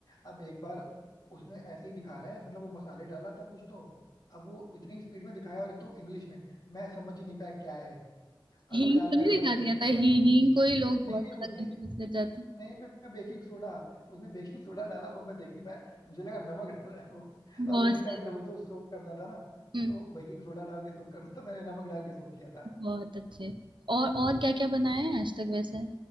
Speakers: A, on the left (about 55°); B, on the right (about 75°).
A: अब एक बार उसमें ऐसे ही दिखा रहा है मतलब वो मसाले डाल रहा था कुछ तो अब वो इतनी स्पीड में दिखाया और एक तो इंग्लिश में मैं समझ ही नहीं पाया क्या है और
B: हींग
A: वो डाल
B: तो
A: के
B: नहीं
A: रहा
B: निकाल
A: था बेकिंग
B: रही आता
A: सोडा
B: है
A: था
B: ही,
A: वो
B: हींग को ही लोग
A: नहीं
B: बहुत
A: नहीं
B: ज्यादा
A: उसने
B: कंफ्यूज कर जाते
A: नहीं मैं बेकिंग सोडा उसने बेकिंग सोडा डाला वो मैं देख नहीं पाया मुझे लगा नमक डाल रहा है वो
B: हैं बहुत
A: और उसी
B: सही
A: टाइम जब उसे सोक करना था ना
B: हम्म
A: तो बेकिंग सोडा डाल के सोक करना था मैंने नमक डाल के सोक किया था
B: बहुत अच्छे और और क्या क्या बनाया है आज तक वैसे